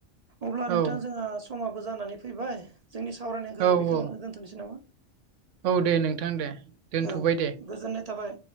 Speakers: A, on the right; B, on the right.
A: अब्ला
B: औ
A: नोंथां जोंहा समाबो जानानै फै फैबाय जोंनि सावरायनायखौ
B: औ
A: बेखिनियावनो
B: औ
A: दोनथ'नोसै नामा
B: औ दे नोंथां दे दोनथ'बाय
A: औ
B: दे
A: गोजोननाय थाबाय